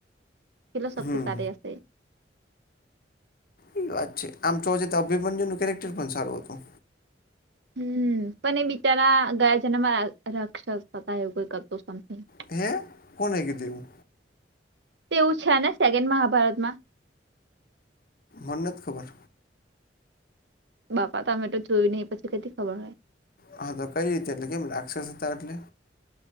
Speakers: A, on the right; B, on the left.
A: કેટલો શક્તિશાળી
B: હમ
A: હશે એ?
B: એ વાત છે આમ જો તો અભિમન્યુ નું કેરેક્ટર પણ સારું હતું.
A: હમ પણ એ બિચારા ગયા જના માં રક્ષસતા એવું કોઈ ક હતો.
B: હે કોને કિધુ એવું?
A: તેવું છે ને સેકન્ડ મહાભારત માં?
B: મન્નત ખબર?
A: બાપા તમે તો જોઈ નને પછી કથી ખબર હોય.
B: હા તો કઈ રીતે એટલે કેમ રાક્ષસ હતા એટલે?